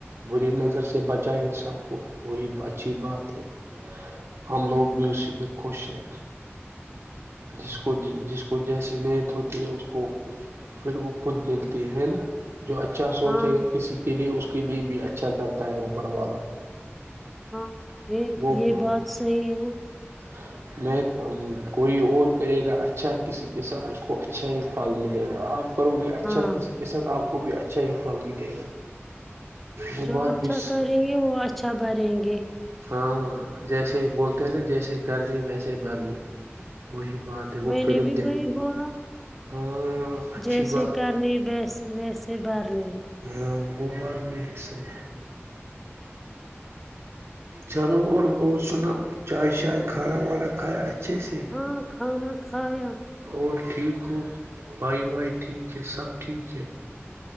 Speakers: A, on the right (about 60°); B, in the centre.
A: بری نظر سے ب چاہیے سب کو وہی اچھی بات ہے ہم لوگ بھی اسی میں خوش ہیں جس کو جس کو جیسی نیت ہوتی ہے اس کو پھر وہ خود ملتی ہے نا جو اچھا سوچے
B: ہاں
A: گا کسی کے لیے اس کے لیے بھی اچھا کرتا ہے اوپر والا
B: ہاں ایک
A: وہو
B: یہ بات صحیح ہے
A: ہاں میںیک کوئی اور کرے گا اچھا کسی کے ساتھ اس کو اچھا ہی پھل ملے گا اب کرو گے اچھا
B: ہاں
A: کسی کے ساتھ آپ کو بھی اچھا ہی فل ملے گا وہ
B: جو
A: بات
B: اچھا
A: بھی
B: کریں گے وہ اچھا بریں گے
A: ہاں جیسے بولتے ہیں تو جیسے کرنی ویسے برنی وہی بات ہے وہ
B: میں
A: فلم
B: نے بھی
A: دے
B: وہی بولا
A: ہاں اچھی
B: جیسے
A: بات
B: کرنی ویس ویسے اس بار نے
A: ہاں وہ بات بھی ہے صحیح چلو اور اور سنو چائے شائے کھانا وانا کھایا اچھے سے
B: ہاں کھانا کھایا
A: اور ٹھیک ہو بھائی بھائی ٹھیک ہے سب ٹھیک ہے